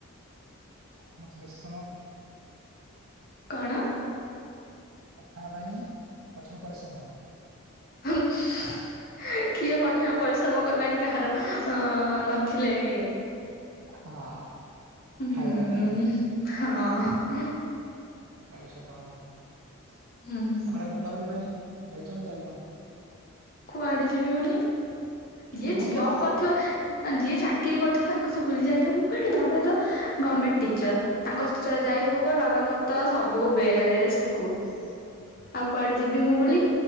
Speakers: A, on the right; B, on the left.
A: <unintelligible> ସରିଶମ
B: କଣ
A: କଥା ହେବାପାଇଁ କଠିନ ପରିଶ୍ରମ।
B: ହୁଁ ଉଁ ଏଁ କିଏ କଠିନ ପରିଶ୍ରମ କଲାଣି କାହାର ଅଁ ଅଁ ନଥିଲେ ଇଏ
A: ହଁ
B: ଉଁ ଉଁହୁ।
A: ଫାଇଦା ନାଇଁ କି?
B: ହଁଅଁ ଉଁ
A: ଏଇ ସତ ହେଲା। ଆଉ
B: ହୁଁ
A: କୁଆଡେ ବୁଲାବୁଲି ପାଇଁ ଯାଇଚ ନା ଯାଇନ।
B: କୁଆଡେ ଯିବି ହଉନି ଯିଏ
A: ମାନେ ଘରେ
B: ଜବ
A: ରହୁଛ?
B: କରିଥିବ ଯିଏ ଚାକିରି କରିଥିବ ତାଙ୍କ ସବ ବୁଲି ଯାଇ ହବ କୁଆଡେ ବାବା ତ ଗମେଣ୍ଟ ଟିଚର। ତାଙ୍କ ସହ ଯାଇ ହବ କୁଆଡେ ବାବାଙ୍କର ତ ସବୁବେଳେ ସ୍କୁଲ। ଆଉ କୁଆଡେ ଯିବି ମୁଁ ବୁଲି